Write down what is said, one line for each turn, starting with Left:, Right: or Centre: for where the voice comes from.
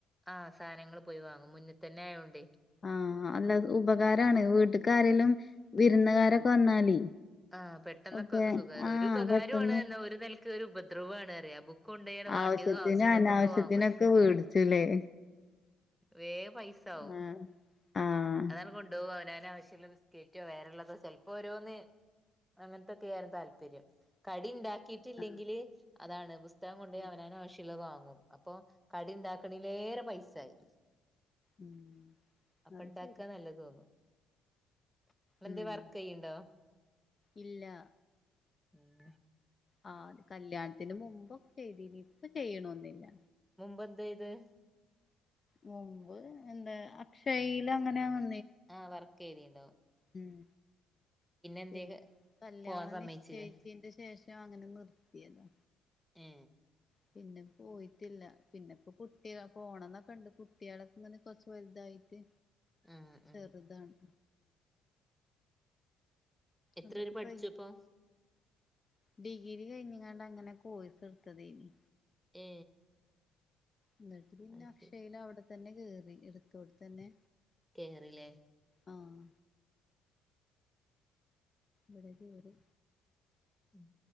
Centre: ആ സാധനങ്ങൾ പോയി വാങ്ങും മുന്ന തന്നെ ആയോണ്ടെ
Left: ആ അല്ല ഉപകാരമാണ് വീട്ടക്കാരേലും വിരുന്നുകാരൊക്കെ വന്നാലേ
Centre: ആ പെട്ടെന്നൊക്കെ
Left: ഒക്കെ
Centre: സുഖ
Left: ആഹ്
Centre: ഒരു ഉപകാരമാണ്
Left: പെട്ടെന്ന്
Centre: എന്നാ ഒരു നിലക്ക് ഒരു ഉപദ്രവമാണ് അറിയ കൊണ്ട്യാൻ വാണ്ടിയതും
Left: ആവശ്യത്തിനും
Centre: ആവശ്യ ഇല്ലാത്തൊക്കെ
Left: അനാവശ്യത്തിനൊക്കെ
Centre: വാങ്ങ
Left: വേടിച്ചുല്ലേ
Centre: വേ പൈസ ആവും
Left: ആഹ് ആഹ്
Centre: അതല്ല കൊണ്ടുപോകും അവന വശ്യമുള്ള ബിസ്ക്കറ്റോ വേ ഉള്ളോ ചപ്പോ ഓരോന്ന് അങ്ങനത്തൊക്കെയ ആരുന്നു താല്പര്യം കടി ഉണ്ടാക്കിട്ടില്ലെങ്കില്
Left: ആഹ്
Centre: അതാണ് ഇഷ്ടം കൊണ്ട
Left: ഉം
Centre: അവനാന ആവശ്യമുള്ളത് വാങ്ങും അപ്പൊ കടുണ്ടാക്കണല ഏറെ പൈസായി
Left: ഉം
Centre: അപ്പൊ
Left: അത്
Centre: ഉണ്ടാക്കാ
Left: ശരി
Centre: നല്ലത് തോന്നു ന എന്ത്
Left: ഉം
Centre: വർക്ക് ചെയയ്യണ്ടോ
Left: ഇല്ല
Centre: ഉം
Left: ആ അ കല്യാണത്തിന് മുമ്പക്കെ ചെയ്തിനി ഇപ്പ ചെയ്യണന്നില്ല
Centre: മുമ്പ് എന്തായ്തേ
Left: മുമ്പ് എന്താ അക്ഷയ്യില അങ്ങനെന്ന
Centre: ആ വർക്ക് എഴുതിയണ്ട്
Left: ഉം
Centre: എന്തേ
Left: പിന്നെ കല്യാണം
Centre: പോവാൻ സമ്മയിച്ചില്ലേ
Left: നിശ്ചയിച്ചീന്റെ ശേഷം അങ്ങനെ നിർത്തിയതാ
Centre: ഏ
Left: പിന്നെ പോയിട്ടില്ല പിന്നെ ഇപ്പോ കുട്ടിക പോണംന്നൊക്കെ ഇണ്ട് കുട്ടികളൊക്കെ ഇങ്ങനെ കൊറച്ച വലുതായിട്ട്
Centre: ആ ആ
Left: ചെറുതാണ്
Centre: എത്ര
Left: അതൊക്കെ
Centre: പേര് പഠിച്ചുപ്പൊ
Left: കഴിഞ്ഞ് ഡിഗ്രി കഴിഞ്ഞുകണ്ട അങ്ങനെ കോഴസ് എടുത്തത്നി
Centre: ഏ
Left: എന്നിട്ട് പിന്നെ
Centre: അത്
Left: അക്ഷൽ
Centre: ശരി
Left: അവിടെത്തന്നെ കറി എടുത്തോടെ തന്നെ
Centre: കേറിലേ
Left: ആഹ് ഇടെത് ഇടി
Centre: ഉം